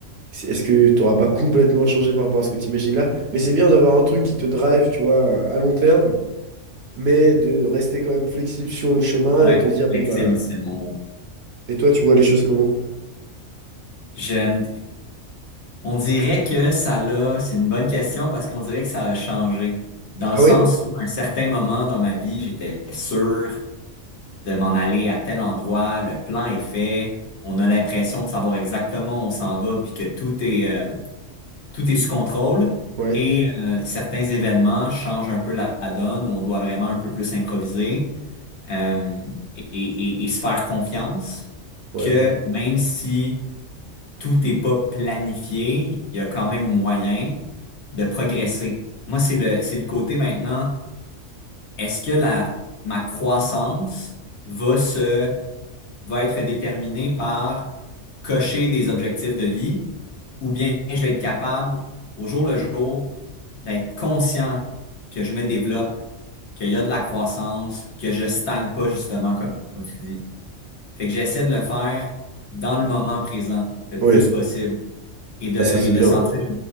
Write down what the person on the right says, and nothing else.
C'est- Est-ce que tu n'auras pas complètement changé par rapport à ce que tu imagines là? Mais c'est bien d'avoir un truc qui te drive, tu vois, à long terme, mais de rester quand même flexible sur le chemin
et te dire,
bon bah,
et toi, tu vois les choses comment?
Ah
oui?
Ouais.
Ouais,
ouais.
Ouais.
Ah, ça, c'est
bien.